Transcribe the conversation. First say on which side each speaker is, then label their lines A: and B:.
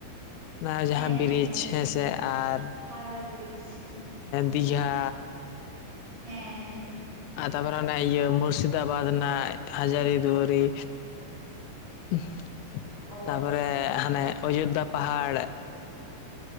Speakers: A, on the left; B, on the right.
A: ᱚᱱᱟ ᱡᱟᱦᱟᱸ
B: ᱦᱮᱸ
A: ᱵᱨᱤᱡᱽ
B: ᱦᱮᱸ ᱦᱮᱸ
A: ᱦᱮᱸᱥᱮ ᱟᱨ
B: ᱦᱟᱣᱲᱟ ᱵᱨᱤᱡᱽ ᱦᱩᱸ
A: ᱫᱤᱜᱷᱟᱼᱼ
B: ᱦᱮᱸ ᱦᱮᱸ
A: ᱟᱨ ᱛᱟᱨᱯᱚᱨᱮ ᱚᱱᱟ ᱤᱭᱟᱹ ᱢᱩᱨᱥᱤᱫᱟᱵᱟᱫᱽ ᱨᱮᱱᱟᱜ ᱦᱟᱡᱟᱨᱤ ᱫᱩᱣᱟᱨᱤ ᱩᱦ
B: ᱚ
A: ᱛᱟᱯᱚᱨᱮ ᱦᱟᱱᱮ ᱚᱡᱳᱫᱽᱫᱷᱟᱼᱼ ᱯᱟᱦᱟᱲ ᱩᱦ